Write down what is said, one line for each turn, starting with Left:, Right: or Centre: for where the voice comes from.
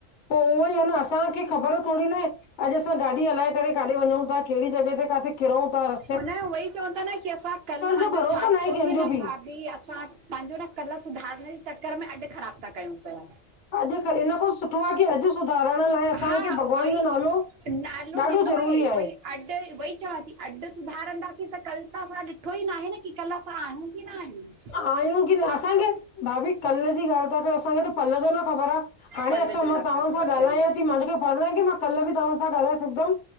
Left: पो उहोई आ न असांखे ख़बर थोङी ना आहे अॼु असां गाॾी हलाए करे काडे वंञंउं था, केड़ी जॻह ते काथे किरंउ ता रास्
Right: हुन उहोई चवन था न कि असां कल पांजो
Left: जो भरोसो
Right: छा
Left: न आहे
Right: थो
Left: कंहिंजो
Right: थे न
Left: बि
Right: भाभी असां पांजो न कल सुधारण जे चक्कर में अॼ ख़राब ता कयूं पया।
Left: अॼु ख़ इन खो सुठो आए कि अॼु सुधारण लाय असांखे
Right: हा उहोई
Left: भॻवान जो नालो
Right: नालो
Left: ॾाढो
Right: ॾिनो
Left: ज़रूरी
Right: हे
Left: आहे
Right: वई अॾ वई चवां थी अॾ सुधारंदासीं त कल त असां ॾिठो ई न आहे न की कल असां आयूं कि न आयूं।
Left: आहियूं की न असांखे, भाभी कल जी ॻाल ता कयो असांखे त पल जी न ख़बर आ। हाणे
Right: पल
Left: अच्छा मां
Right: जो न
Left: तव्हां
Right: ख़बर
Left: सां
Right: आहे
Left: ॻाल्हायां
Right: सही ॻाल्हि
Left: थी मांजो कि <unintelligible> आए की मां कल बि तव्हां सां ॻाल्हाए सघंदम!